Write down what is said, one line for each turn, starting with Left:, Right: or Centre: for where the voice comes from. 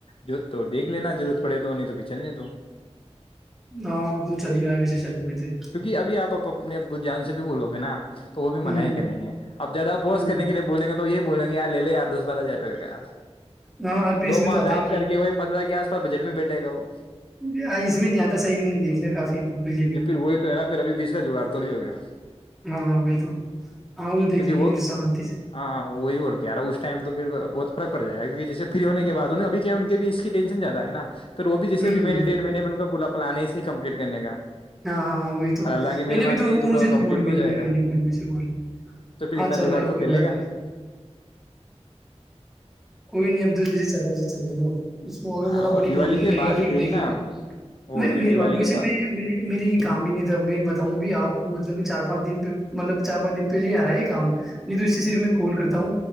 Left: جو تو دیکھ لینا ضرورت پڑے تو نہیں تو پھر چلنے تو
Centre: ہاں اب تو چل ہی رہا ہے ویسے چلنے میں تھے
Left: کیونکہ ابھیپ اپنے ب جان سے بھی بولو گے نا تو وہ بھی
Centre: ہوں
Left: من ہی کریں گے اب زیادہ اپوس
Centre: ہوں
Left: کرنے کےے بولے گا تو یہ بول گےیار لے ی دس بارہ ہزار روپئے کا
Centre: ہاں ار پھر اس
Left: دو
Centre: میں
Left: پانچ
Centre: تو آتا
Left: آپ
Centre: ہی نہیں
Left: کر کے وہی پندرہ کے آس پاس بجٹ میں بیٹھے گا وہ
Centre: ہے اس میں نہیں آتا صحیح ہم نے دیکھ لیا کافی پ لیکن
Left: جی پھر وہی تو ہے پھر ابھی بیس کا جگاڑ تھوڑی ہو گیا
Centre: ہاں ہاں وہی تو ہاں تو دیکھ
Left: کیونکہ
Centre: لیں
Left: وہ
Centre: گے پھر شانتی سے
Left: ہاں وہی اور کیاارا اس ٹائم تو پھر بہت فرق پڑ جائے گا کہ جس فری ہونے
Centre: ہوں
Left: کے بد انہ ابھی کیا ان کے ب اس کی ٹینشن زیادہ ہے نا تو وہ بھی جیس
Centre: ہاں
Left: بھیبہینےیڑ مہی میں ان کا پورا پلان اس ہی کمپلیٹ کرنے کا
Centre: ہاں ہاں ہاں وہی تو
Left: اور اللہ کی
Centre: نہیں
Left: مہربانی
Centre: نہیں تو
Left: رہی
Centre: وہ ان سے
Left: کمپلیٹ
Centre: تو بولوں
Left: بھی
Centre: گ
Left: ہو جائے
Centre: نہیں
Left: گا
Centre: میں ب سے بول
Left: تو پھر
Centre: ہاں
Left: اتنا
Centre: چل
Left: جگاڑ
Centre: رہا ہے
Left: خود
Centre: کوئی
Left: کر لے
Centre: بات
Left: گا
Centre: نہیں کوئی نہیں ابدل جی چلو جی چلے دو اس کو اگر
Left: ہاں
Centre: زیادہ
Left: وہ
Centre: بڑی پربلم
Left: دیوالی کے
Centre: کرے
Left: بعد
Centre: گا پ
Left: ہی دیکھنا
Centre: دیکھ لوں گا
Left: اور
Centre: میں
Left: کیا
Centre: میریاتے
Left: دیوالی کی بات
Centre: میں میرے یہ کام بھی نہیں تھا میں بتاؤں بھی آپ کو مطلب چار پانچ دن پہ مطلب چار پانچ دن پہلے ہی آ رہا ہے یہ کام نہیں تو اس سے صرف میں کال کرتا ہوں